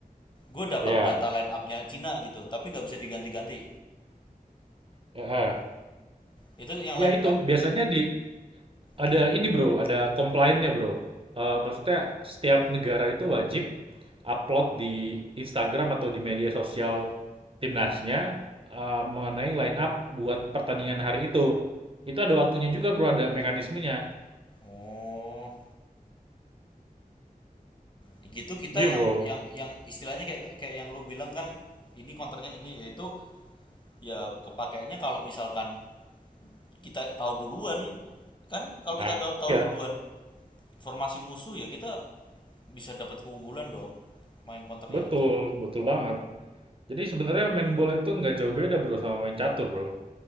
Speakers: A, on the left; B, on the right.
A: Gue dapat
B: ya
A: data line up-nya Cina gitu, tapi nggak bisa diganti-ganti.
B: heeh.
A: Itu yang
B: Iya
A: line,
B: itu,
A: line
B: biasanya di ada
A: kenapa?
B: ini Bro, ada complainnya Bro. Eee, maksudnya setiap negara itu wajib upload di Instagram atau di media sosial timnasnya, eee, mengenai line up buat pertandingan hari itu. Itu ada waktunya juga Bro, ada mekanismenya.
A: Oh, gitu kita
B: Iya
A: yang
B: bro,
A: yang yang istilahnya kayak kayak yang lu bilang kan ini konternya ini yaitu ya kepakainya kalau misalkan kita tahu duluan kan kalau kita
B: Ah,
A: tahu
B: iya
A: duluan formasi musuh ya kita bisa dapat keunggulan dong main konternya
B: betul,
A: aja gitu
B: betul banget. Jadi sebenarnya main bola itu nggak jauh beda bro sama main catur bro,